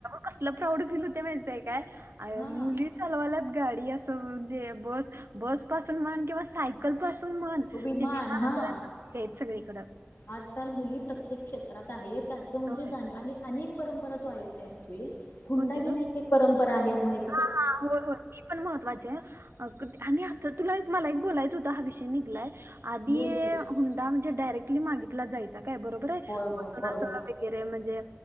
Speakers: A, on the right; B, on the left.
A: क‌सलं प्राऊड फील होते. माहितीय, काय
B: हा
A: मुली चालवाल्यात गाडी अस जे बस बस पासून म्हणं कीवा साय कल पासून म्हन
B: विमान
A: ते विमानापर्यंत
B: हा
A: मुली आहेत सगळीकडं.
B: आजकाल मुली प्रत्येक क्षेत्रात आहेत त्याचं म्हणजे
A: होय
B: जाणी आणि अनेक परंपरा तु ऐकली असशील. हुंडा
A: कोणती
B: घेण्याची
A: ग
B: परंपरा आहे माहिती
A: हा हा होय होय. पण महत्वाचे आणि आता तुला मला एक बोलायचं होत. हा विषय निघलाय. आधी
B: बोल की
A: हुंडा म्हणजे डायरेक्टली मागितला जायचा काय. बरोबर आहे. म्हणून
B: होय होय बरोबर
A: अस खरं म्हणजे